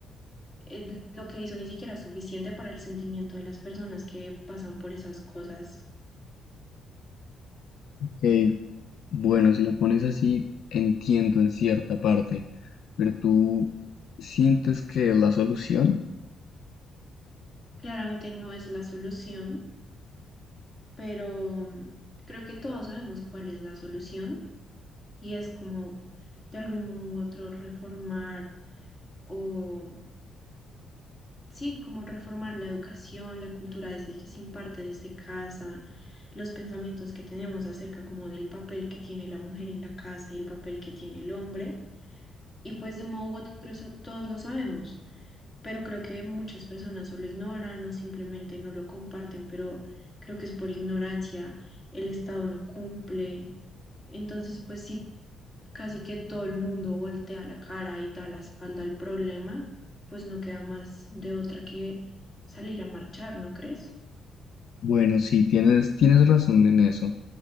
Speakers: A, on the left (about 30°); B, on the left (about 65°).
A: eh, lo que hizo ni siquiera es suficiente para el sentimiento de las personas que pasan por esas cosas.
B: Ok, bueno, si lo pones así, entiendo en cierta parte, pero tú sientes que es la solución.
A: Claramente no es la solución, pero mm, creo que todos sabemos cuál es la solución y es como de algún modo u otro reformar o Sí, como reformar la educación, la cultura desde que se imparte desde casa, los pensamientos que tenemos acerca como del papel que tiene la mujer en la casa y el papel que tiene el hombre. Y pues de un modo u otro eso todos lo sabemos, pero creo que muchas personas o lo ignoran o simplemente no lo comparten, pero creo que es por ignorancia, el Estado no cumple. Entonces, pues sí casi que todo el mundo voltea la cara y da la espalda al problema, pues no queda más de otra que salir a marchar, ¿no crees?
B: Bueno, sí, tienes, tienes razón en eso.